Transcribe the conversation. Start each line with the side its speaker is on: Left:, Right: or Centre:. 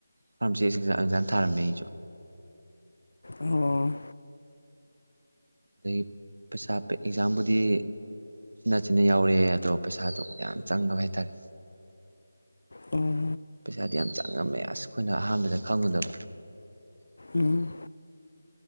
Right: ꯐꯥꯔꯃꯁꯤꯁ ꯑꯦꯁ ꯑꯦꯛꯖꯥꯝ ꯊꯥꯔꯝꯃꯦ ꯑꯩꯖꯨ
Left: ꯑꯣ
Right: ꯍꯧꯖꯤꯛ ꯄꯩꯁꯥ ꯄꯦ ꯑꯦꯛꯖꯥꯝꯕꯨꯗꯤ ꯅꯆꯤꯟꯅ ꯌꯥꯎꯔꯛꯑꯦ ꯑꯗꯣ ꯄꯩꯁꯥꯗꯣ ꯌꯥꯝ ꯆꯪꯉꯕ ꯍꯥꯏꯇꯔꯦ
Left: ꯑꯣ
Right: ꯄꯩꯁꯥꯗꯤ ꯌꯥꯝ ꯆꯪꯉꯝꯃꯦ ꯑꯁ ꯑꯈꯣꯏꯅ ꯑꯍꯥꯟꯕꯗ ꯈꯪꯉꯨꯗꯕ
Left: ꯎꯝ